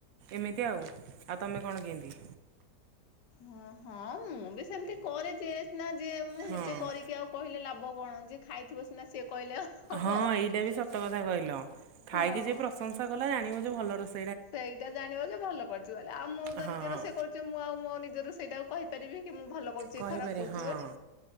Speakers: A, on the right (about 70°); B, on the left (about 85°).
A: ଏମିତି ଆଉ ଆଉ ତମେ କଣ କେନ୍ତି?
B: ହଁ ହଁ ମୁଁ ବି ସେମତି କରେ ଯେ ସିନା ଯେ ମୁଁ
A: ହଁ।
B: ନିଜେ କରିକି ଆଉ କହିଲେ ଲାଭ କଣ ଯିଏ ଖାଇଥିବ ସେ ନା ସିଏ କହିଲେ ହବ
A: ହଁ ଏଇଟା ବି ସତ କଥା କହିଲ ଖାଇକି
B: ହଁ।
A: ଯେ ପ୍ରଶଂସା କଲା ଜାଣିବ ଭଲ ରୋସ
B: ସେଇଟା ଜାଣିବ ଯେ ଭଲ କରଚୁ ବଲେ ଆଉ ମୁଁ ତ
A: ହଁ
B: ନିଜ ରୁସେଇ କରଚୁ ମୁଁ ଆଉ ମୋ ନିଜ ରୁସେଇଟାକୁ କହିପାରିବି କି ମୁଁ ଭଲ କରୁଚି
A: କହିପାରେ
B: ଖରାପ କରୁଚି
A: ହଁ
B: ବୋଲି